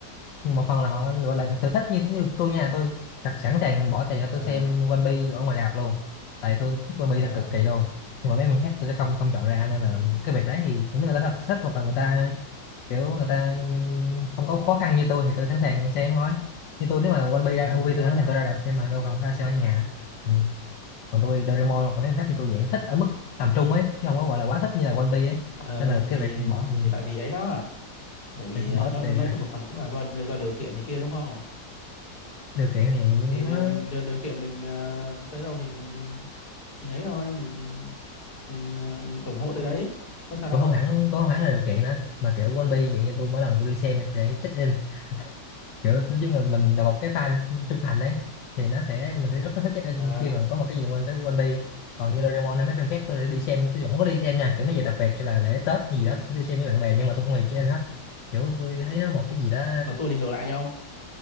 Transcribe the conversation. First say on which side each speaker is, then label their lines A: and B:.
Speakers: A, on the left; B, on the left.
A: một phần là họ gọi là thật sự thích như, như tôi nha tôi thật sẵn sàng bỏ tiền để tôi
B: Ờ
A: xem One Piece ở ngoài rạp luôn tại tôi thích One Piece
B: ờ
A: thật cực kỳ luôn nhưng mà mấy mình khác tôi sẽ không không chọn ra nên là cái việc đấy thì những người ta thật thích hoặc là người ta kiểu người ta không có khó khăn như tôi thì tôi sẵn sàng xem thôi như tôi nếu mà One Piece
B: ờ,
A: ra MV
B: thì đó
A: tôi sẵn sàng tôi ra rạp xem mà đâu cần phải xem ở nhà ừ còn tôi Doraemon hoặc là mấy con khác thì tôi dạng thích ở mức tầm trung ấy chứ không có gọi là quá thích như là One Piece ấy
B: ờ
A: nên là
B: thì
A: cái việc bỏ ừ,
B: thì tại vì ấy đó tại vì
A: việc
B: ờ,
A: bỏ
B: nó nói
A: tiền
B: chung một phần cũng là do do điều kiện này kia đúng không
A: điều kiện thì
B: thì
A: nó
B: ờ, mình điều, điều kiện mình ờ, tới đâu thì mình mình ấy thôi mình mình ờ, ủng hộ tới đấy có sao đâu
A: cũng không hẳn cũng không hẳn là điều kiện nữa mà kiểu One Piece dạng như tôi mỗi lần tôi đi xem thì tôi sẽ check in kiểu tôi giống như mình là một cái fan trung thành ấy thì nó sẽ mình sẽ rất là thích check in
B: ờ
A: khi mà có một cái gì liên quan tới One Piece còn như Doraemon hay mấy phim khác tôi đã đi xem tôi vẫn có đi xem nha kiểu mấy giờ đặc biệt cho là lễ Tết hay
B: ừ.
A: gì đó tôi sẽ đi xem với bạn bè nhưng mà tôi không hề check in hết kiểu tôi thấy nó một cái gì đó
B: còn tôi thì ngược lại nhau ông